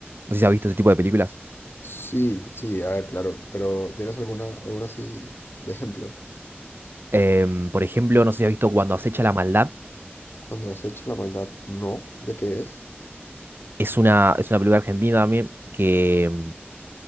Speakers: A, on the right; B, on the left.
A: No sé si has visto ese tipo de películas.
B: Sí, sí, a ver, claro, pero ¿tienes alguna, alguna así de ejemplo?
A: Em, por ejemplo, no sé si has visto Cuando acecha la maldad.
B: Cuando acecha la maldad, no, ¿de qué es?
A: Es una, es una película argentina también que em,